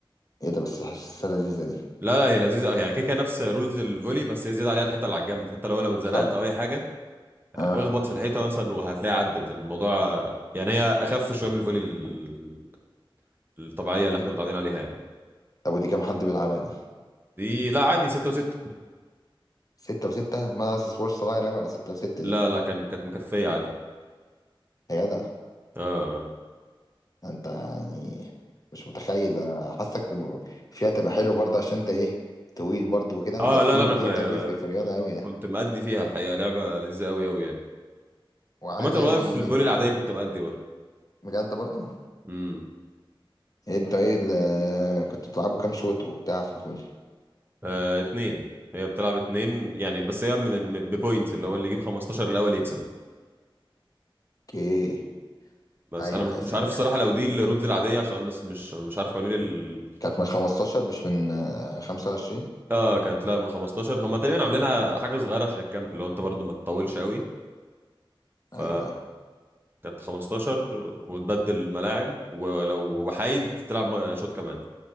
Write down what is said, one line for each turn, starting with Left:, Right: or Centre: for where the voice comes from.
Left: ايه ده بس حاسسها لذيذه دي
Right: لا لا هي لذيذه أوي. يعني كده كده نفس رولز الفولي بس هي زياده عليها الحيطه اللي على الجنب فانت لو لو اتزنقت
Left: طب
Right: او اي حاجه آه،
Left: اه
Right: اخبط في الحيطه مثلا وهتلاقي عدت الموضوع آه، يعني هي اخف شويه من الفولي ال- الطبيعيه اللي احنا متعودين عليها يعني
Left: طب ودي كام حد بيلعبها دي
Right: دي لا عادي ستة وستة
Left: ستة وستة ما انا سكوش صغير اوي على ستة وستة
Right: لا
Left: دي
Right: لا كان كانت مكفيه عادي
Left: يا جدع
Right: اه
Left: انت يعني مش متخيل أنا حاسك فيها تبقى حلو برضه عشان انت ايه طويل برضه وكده انت
Right: اه
Left: الطول
Right: لا لا
Left: اللي
Right: انا
Left: كده
Right: كو-
Left: كده بيفرق في الرياضه اوي يعني
Right: كنت مأدي فيها الحقيقه لعبه لذيذه قوي قوي يعني
Left: وعادي
Right: عامه والله
Left: يعني بي...
Right: في الفولي العاديه كنت مأدي برضه
Left: بجد برضه
Right: امم
Left: إيه انت ايه اللي كنت بتلعبوا كام شوط وبتاع في الفولي
Right: آه اتنين هي بتلعب اتنين يعني بس هي من بوينتس اللي هو اللي يجيب 15 الاول يكسب
Left: اوكي
Right: بس
Left: ايوه
Right: انا مش
Left: ايوه
Right: مش
Left: فهمت
Right: عارف الصراحه لو دي الرودز العاديه عشان بس مش مش عارف قوانين ال...
Left: كانت من 15 مش من آه، 25
Right: اه كانت لا من 15 هم تقريبا عاملينها حاجه صغيره عشان الكامب اللي هو انت برضو ما تطولش قوي ف
Left: ايوه ايوه
Right: كانت 15 وتبدل ملاعب ولو وحيد تلعب م- شوط كمان